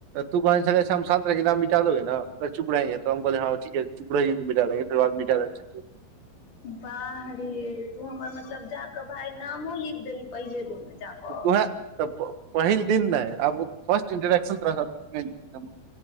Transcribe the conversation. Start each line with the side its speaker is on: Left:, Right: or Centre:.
Right: त कह छल हम शान रख दे न चुप रहंगे त हमोल हँु मि द देंगेर बाद मिटा दे <inaudible>
Left: बाह रे तू हमर मतलब जा क भााय नामो लिख देली पहिले दिन मे जाकऽ
Right: त तू हैं तब पहिल दिन नहि आब फर्स्ट दिन तोरा सबस इंटेक्शन लेबौ।